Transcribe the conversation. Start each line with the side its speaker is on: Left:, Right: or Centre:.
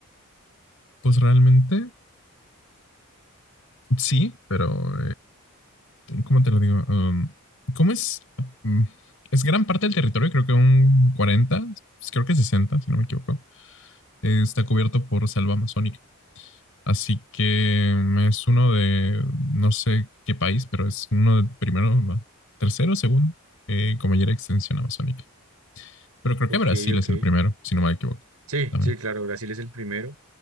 Left: Pues realmente sí, pero em, ¿cómo te lo digo? Um, ¿cómo es? Mm, Es gran parte del territorio, creo que un 40, pues creo que 60, si no me equivoco, eh, está cubierto por selva amazónica. Así que em, es uno de, no sé qué país, pero es uno de primero, no, tercero, segundo, eh, con mayor extensión amazónica. Pero creo
Right: Ok,
Left: que Brasil
Right: ok.
Left: es el primero, si no me equivoco.
Right: Sí,
Left: También.
Right: sí, claro, Brasil es el primero.